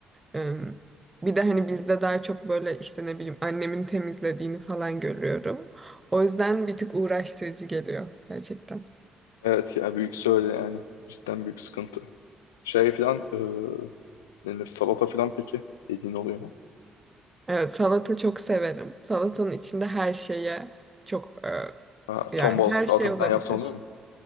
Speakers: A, on the right (about 20°); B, on the left (about 80°).
A: E, bir de hani bizde daha çok böyle işte ne bileyim annemin temizlediğini falan görüyorum. O yüzden bir tık uğraştırıcı geliyor gerçekten.
B: Evet yani büyük söyle yani. Cidden büyük sıkıntı. Şey filan e, denir salata filan peki yediğin oluyor mu?
A: Evet, salata çok severim. Salatanın içinde her şeye çok
B: Ha,
A: e,
B: ton
A: yani
B: balıklı
A: her
B: salata
A: şey olabilir.
B: filan yaptığın oluyor mu?